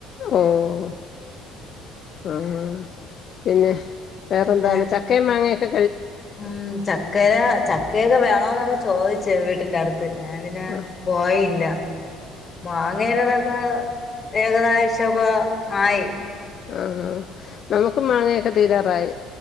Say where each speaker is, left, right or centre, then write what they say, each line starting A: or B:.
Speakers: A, on the left; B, on the left.
A: ഓഹ് ആഹ് പിന്നെ? വേറെന്താന്ന്?
B: പിന്നെ
A: ചക്കയും മാങ്ങൊക്കെ
B: ഉം ചക്കര ചക്കയൊക്കെ വേണോന്നൊക്കെ ചോയിച്ച് വി ട്ടിന്റെ അടുത്തെന്നെ ഞാൻ പിന്നെ
A: ആ
B: പോയില്ല, മാങ്ങേ <unintelligible> ആയി.
A: ആഹ് നമുക്ക് മാങ്ങയൊക്കെ തീരാറായി.